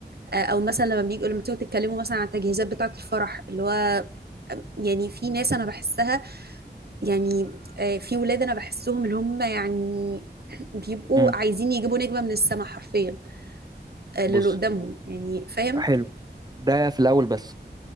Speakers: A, on the right; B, on the right.
A: آه، او مثلا لما بيجوا لما بتيجوا تتكلموا مثلا عن التجهيزات بتاعه الفرح اللي هو يعني في ناس انا بحسها يعني آه، في ولاد انا بحسهم اللي هم يعني بيبقوا
B: امم
A: عايزين يجيبوا نجمة من السماء حرفيا آه،
B: بص
A: للي قدامهم يعني فاهم
B: حلو ده في الاول بس